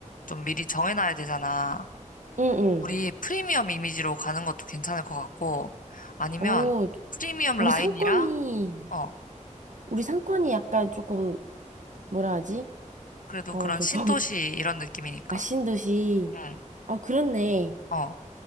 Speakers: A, on the left; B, on the right.
A: 좀 미리 정해놔야 되잖아.
B: 응, 응.
A: 우리 프리미엄 이미지로 가는 것도 괜찮을 것 같고, 아니면
B: 오,
A: 프리미엄
B: 우리
A: 라인이랑,
B: 상권이,
A: 어,
B: 우리 상권이 약간 조금, 뭐라 하지?
A: 그래도
B: 어,
A: 그런
B: 좀
A: 신도시
B: 더, <laughs>
A: 이런 느낌이니까.
B: 아신 듯이.
A: 응,
B: 어, 그렇네.
A: 어.